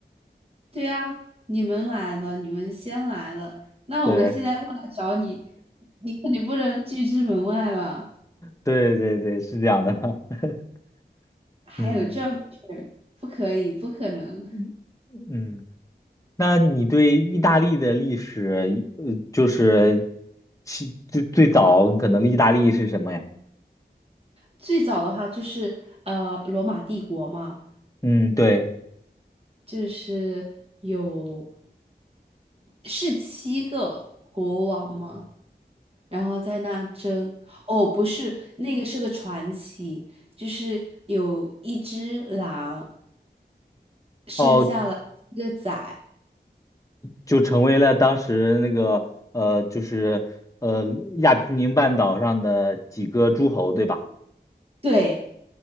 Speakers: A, on the right; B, on the left.
A: 对呀，你们来了，你们先来了，那我们现在过来找你，
B: 对
A: 你肯定不能拒之门外吧？
B: 对对对，是这样的。<laughs>
A: 还有这回事儿不可以，
B: 嗯
A: 不可能。
B: 嗯，嗯那你对意大利的历史，呃，就是其最最早可能意大利是什么呀？
A: 最早的话就是呃，罗马帝国嘛，
B: 嗯，对。
A: 就是有是七个国王嘛，然后在那争。哦，不是，那个是个传奇，就是有一只狼生下了一个崽，
B: 哦。就成为了当时那个呃，就是呃亚平宁半岛上的几个诸侯，对吧？
A: 对。